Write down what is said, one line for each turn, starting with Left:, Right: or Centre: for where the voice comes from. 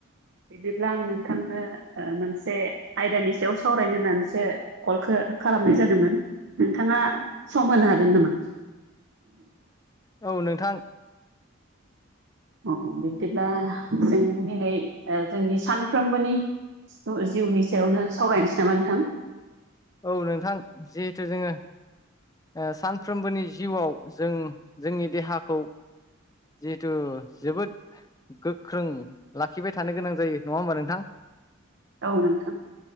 Right: बिदिब्ला आं नोंथांनो ओ मोनसे आयदानि सायाव सावरायनो होननानैसो कलखो खालामनाय जादोंमोन नोंथाङा सम होनो हागोन नामा?
Left: औ नोंथां
Right: औ बिदिब्ला जों दिनै ओ जोंनि सानफ्रोमबोनि जिउनि सायावनो सावरायनोसै नामा नोंथां?
Left: औ नोंथां जिहेथु जोङो ओ सानफ्रोमबोनि जिउआव जों जोंनि देहाखौ जिहेथु जोबोद गोख्रों लाखिबाय थानो गोनां जायो नङा होमबा नोंथां?
Right: औ नोंथां।